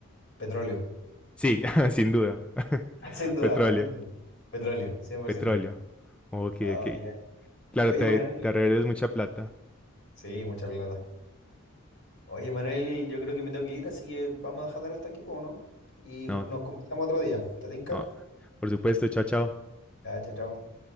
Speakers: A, on the left (about 55°); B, in the centre.
A: Petróleo.
B: Sí, <laughs> sin duda. <laughs>
A: <laughs> Sin duda,
B: petróleo,
A: también tú. Petróleo, cien por
B: petróleo.
A: ciento
B: Ok,
A: Ah,
B: ok.
A: ya.
B: Claro,
A: Oye,
B: te,
A: Manuel.
B: te arreglas mucha plata.
A: Sí, mucha plata. Oye, Manuel, yo creo que me tengo que ir, así que vamos a dejarlo hasta aquí, ¿o no? Y
B: No,
A: ju-
B: ok.
A: nos conversamos otro día. ¿Te tinca?
B: No. Por supuesto, chao, chao.
A: Ya, chao, chao.